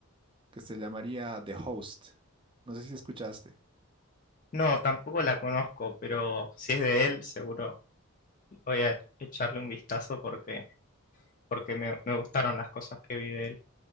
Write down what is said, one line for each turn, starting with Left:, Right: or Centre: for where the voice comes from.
Right: que se llamaría The Host. No sé si escuchaste.
Left: No, tampoco la conozco, pero si es de él, seguro voy a echarle un vistazo porque, porque me, me gustaron las cosas que vi de él.